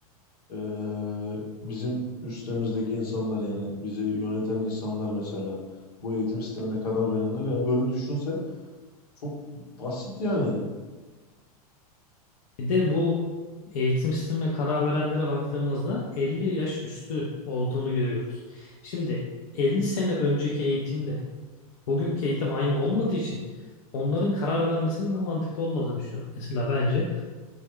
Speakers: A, on the left; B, on the left.
A: Ee, bizim üstümüzdeki insanlar yani bizi yöneten insanlar mesela bu eğitim sistemine karar verenler yani böyle düşünse çok basit yani.
B: Bir de bu eğitim sistemine karar verenlere baktığımızda 50 yaş üstü olduğunu görüyoruz. Şimdi 50 sene önceki eğitimle bugünkü eğitim aynı olmadığı için onların karar vermesinin ben mantıklı olmadığını düşünüyorum. Mesela bence